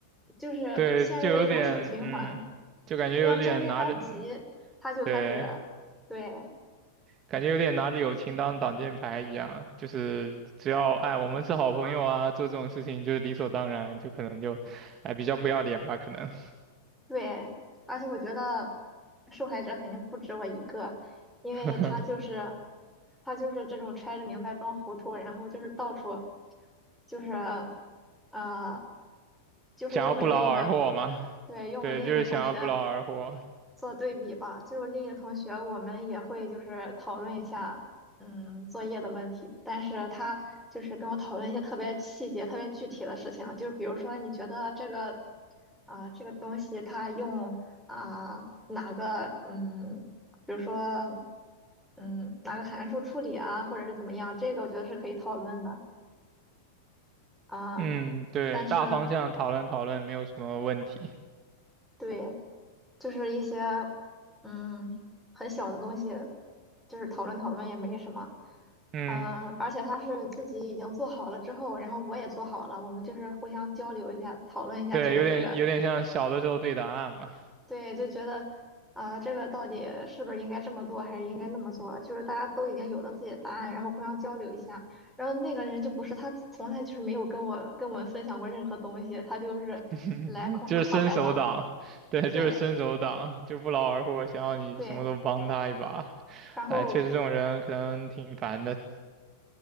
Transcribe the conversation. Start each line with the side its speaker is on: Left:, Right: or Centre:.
Centre: 就是陷入了一种死循环。
Right: 对，就有点嗯，就感觉有点拿着嗯
Centre: 你要真跟他急，他就开始，
Right: 对。
Centre: 对。
Right: 感觉有点拿着友情当挡箭牌一样，就是只要哎我们是好朋友啊，做这种事情就是理所当然，就可能就哎比较不要脸吧，可能
Centre: 对，而且我觉得受害者肯定不止我一个，因为他就是
Right: <laughs>
Centre: 他就是这种揣着明白装糊涂，然后就是到处就是呃，就是用我另一个
Right: 想要不劳而获嘛，
Centre: 对，用我另一个同学。
Right: 对，就是想要不劳而获。
Centre: 做对比吧，就是我另一个同学，我们也会就是讨论一下，嗯，作业的问题，但是他就是跟我讨论一些特别细节、特别具体的事情，就比如说你觉得这个，啊、这个东西它用啊、哪个，嗯，比如说，嗯，哪个函数处理啊，或者是怎么样，这个我觉得是可以讨论的啊、
Right: 嗯，对，
Centre: 但是。
Right: 大方向讨论讨论没有什么问题。
Centre: 对，就是一些嗯很小的东西，就是讨论讨论也没什么。
Right: 嗯，
Centre: 嗯，而且他是自己已经做好了之后，然后我也做好了，我们就是互相交流一下，讨论一下，
Right: 对，
Centre: 觉得这个
Right: 有点有点像小的时候对答案嘛，
Centre: 对，就觉得啊、这个到底是不是应该这么做，还是应该那么做？就是大家都已经有了自己的答案，然后互相交流一下。然后那个人就不是他，从来就是没有跟我跟我们分享过任何东西，他就是来空手套白狼。
Right: <laughs> 就是伸手党，对，
Centre: 对
Right: 就是伸手党，就不劳而获，想要你什么都帮他一把。
Centre: 对，然后。
Right: 哎，确实这种人可能挺烦的。